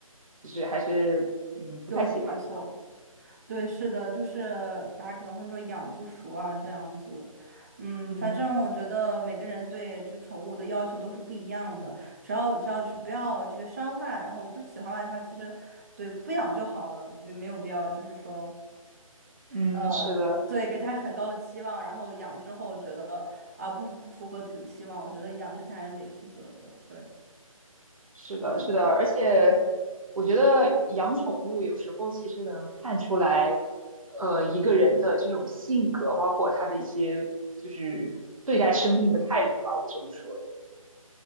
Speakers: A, on the right; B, on the right.
A: 就是还是嗯不太喜欢这样。
B: 对，没错，对，是的，就是大家可能会说养不熟啊这样子。嗯，
A: 嗯
B: 反正我觉得每个人对这个宠物的要求都是不一样的，只要只要就是不要这个伤害，然后不喜欢的话，其实对不养就好了，没没有必要就是说。
A: 嗯，
B: 呃，
A: 是的，
B: 对，给他很高的期望，然后养之后觉得啊、不不符合自己的期望，我觉得养之前还是得负责的，对，
A: 是的，
B: 嗯，
A: 是的，而且我觉得养宠物有时候其实能看出来，呃，一个人的这种性格，包括他的一些就是对待生命的态度吧，我只能说，